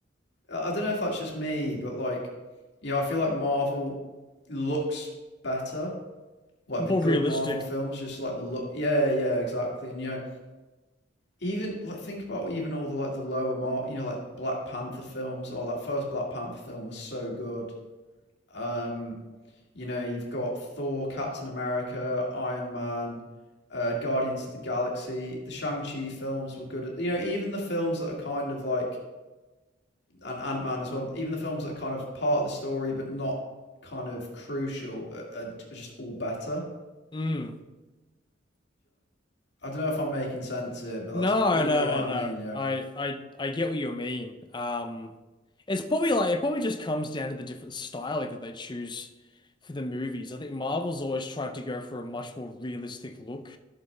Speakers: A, on the left (about 60°); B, on the left (about 25°).
A: I don't know if that's just me, but like you know, I feel like Marvel looks better. Like
B: More
A: the good
B: realistic.
A: Marvel films just like look yeah, yeah, exactly. And you know, even like think about even all the like the lower mark. you know, like Black Panther films Oh, that first Black Panther film was so good. Um You know, you've got Thor, Captain America, Iron Man, uh, Guardians of the Galaxy. The Shang Chi films were good. At, you know, even the films that are kind of like and Ant Man as well. Even the films that are kind of part of the story but not kind of crucial are, are just all better.
B: Mm.
A: I don't know if I'm making sense here, but
B: No,
A: that's you
B: no,
A: know
B: no,
A: what I
B: no.
A: mean. Yeah,
B: I, I, I get what you mean. Um, it's probably like it probably just comes down to the different styling that they choose for the movies. I think Marvel's always tried to go for a much more realistic look.